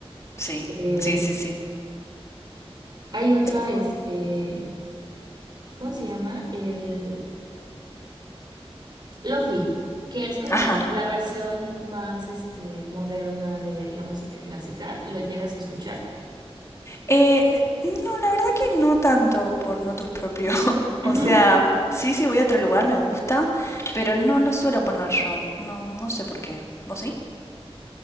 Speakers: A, on the left; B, on the right.
A: sí,
B: Eh,
A: sí, sí, sí,
B: hay otra,
A: tal
B: este, ¿cómo se llama? El Lofi, que es como
A: cual.
B: la versión más, este, moderna de la música clásica. ¿Lo llegas a escuchar?
A: Eh, no, la verdad que no tanto por motus propio. <laughs>
B: Ujú.
A: O sea, sí, sí, voy a otro lugar, me gusta, pero no lo suelo poner yo. No, no sé por qué. ¿Vos sí?